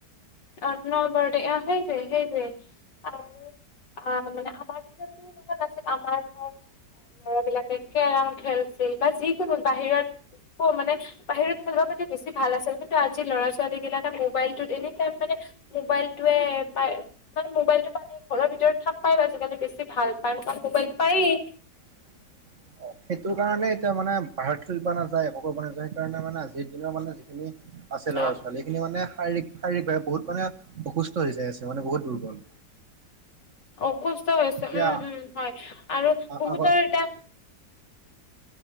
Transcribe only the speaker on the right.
<unintelligible> সেইটো কাৰণে এতিয়া মানে ভাৰত খেলবৰ নাযায়। একো ব নাযায় সেইকাৰণে মানে আজিৰ দিনৰ মানে যিখিনি। আছে ল'ৰা
ছোৱালী খিনি মানে। শাৰীৰিক শাৰীৰিকভাৱে বহুত মানে অসুস্থ হৈ যাই আছে মানে বহুত দুৰ্বল।
এতিয়া
আগত